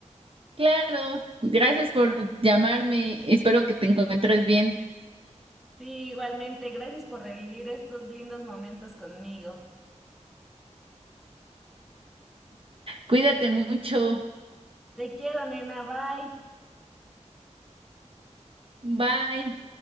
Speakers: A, on the right; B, in the centre.
A: Claro, gracias por llamarme. Espero que te encuentres bien.
B: Sí, igualmente, gracias por revivir estos lindos momentos conmigo.
A: Cuídate mucho.
B: Te quiero, nena, bye.
A: Bye.